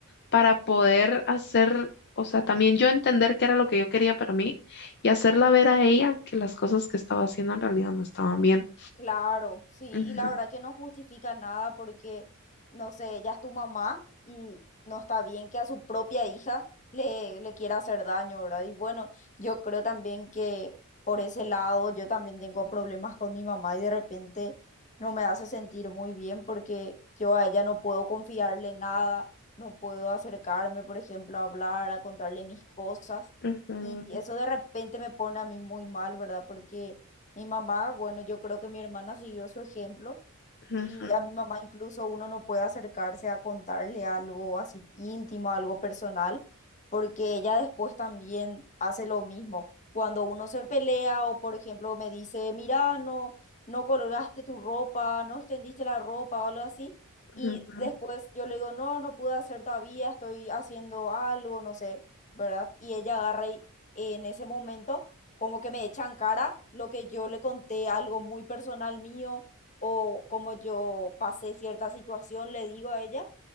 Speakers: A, on the left; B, on the left.
A: para poder hacer, o sea, también yo entender qué era lo que yo quería para mí y hacerla ver a ella que las cosas que estaba haciendo en realidad no estaban bien.
B: Claro, sí,
A: Ujú,
B: y la verdad que no justifica nada porque, no sé, ya es tu mamá y no está bien que a su propia hija le, le quiera hacer daño, ¿verdad? Y bueno, yo creo también que por ese lado yo también tengo problemas con mi mamá y de repente no me hace sentir muy bien porque yo a ella no puedo confiarle nada, no puedo acercarme, por ejemplo, a hablar, a contarle mis cosas
A: ujú,
B: y eso de repente me pone a mí muy mal, ¿verdad? Porque mi mamá, bueno, yo creo que mi hermana siguió su ejemplo.
A: ujú,
B: Y a mi mamá incluso uno no puede acercarse a contarle algo así íntimo, algo personal, porque ella después también hace lo mismo. Cuando uno se pelea o, por ejemplo, me dice, mira, no, no colgaste tu ropa, no extendiste la ropa o algo así, y
A: ujú,
B: después yo le digo, no, no pude hacer todavía, estoy haciendo algo, no sé, ¿verdad? Y ella agarra y en ese momento como que me echa en cara lo que yo le conté, algo muy personal mío o como yo pasé cierta situación, le digo a ella